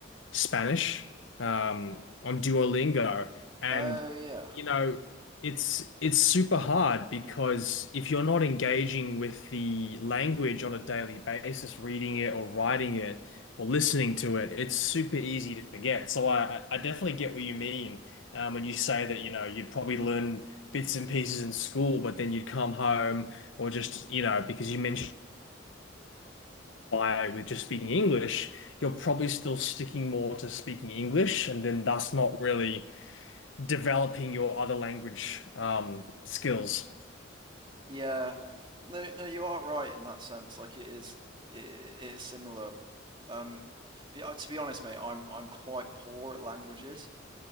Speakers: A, on the left; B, on the right.
A: Spanish um, on Duolingo, and
B: oh yeah,
A: you know it's it's super hard because if you're not engaging with the language on a daily basis, reading it or writing it or listening to it, it's super easy to forget. So I I I definitely get what you mean um, when you say that you know you'd probably learn bits and pieces in school, but then you'd come home or just you know because you mentioned why with just speaking English, you're probably still sticking more to speaking English and then thus not really developing your other language um, skills.
B: yeah. No, no, you are right in that sense. Like it is, it, it is similar. Um, but uh, to be honest, mate, I'm I'm quite poor at languages.